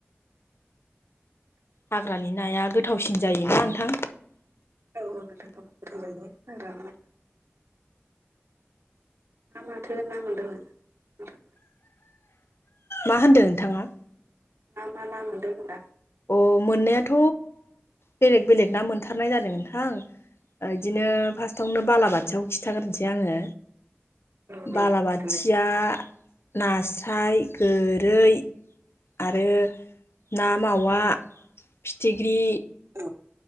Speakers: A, on the left; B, on the right.
A: हाग्रानि नाया गोथावसिन जायोना नोंथां
B: औ नोंथा औ गोथाव जायोना हाग्रानिया मा माथो ना मोनदोंमोन नोंथां
A: मा होनदों नोंथाङा
B: मा मा ना मोनदों होनदां
A: अ मोननायाथ' बेलेग बेलेग ना मोनथारनाय जादों नोंथां इदिनो फार्स्टआवनो बालाबाथियाखौ खिथाग्रोनोसै आंङो
B: औ दे
A: बालाबाथिया
B: खिथालाय
A: नास्राय गोरै आरो ना मावा फिथिख्रि
B: औ